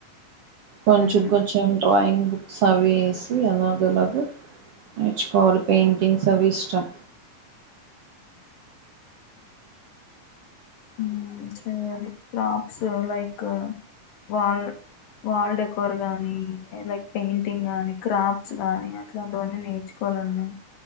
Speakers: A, on the right (about 65°); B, on the left (about 90°).
A: కొంచెం
B: మ్మ్
A: కొంచెం డ్రాయింగ్ బుక్స్ అవి వేసి అలాగెలగో నేర్చుకోవాలి పెయింటింగ్స్ అవి ఇష్టం
B: ఊ చేయాలి క్రాట్స్ లైక్ వాళ్ వాల్ డెకవర్ గానీ లైక్ పెయింటింగ్ గానీ క్రాఫ్ట్స్ గానీ అట్లాంటివన్నీ నేర్చుకో కొలను